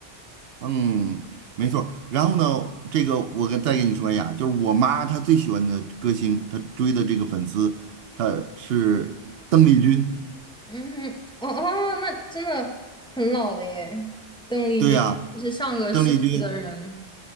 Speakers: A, on the right; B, in the centre.
A: 嗯，没错儿然后呢，这个我跟再跟你说一下，就是我妈她最喜欢的歌星，她追的这个粉丝，她是邓丽君。
B: <laughs> 嗯哼，哦哦，那真的很老了耶，邓丽君是上个世纪的人。
A: 对呀、邓丽君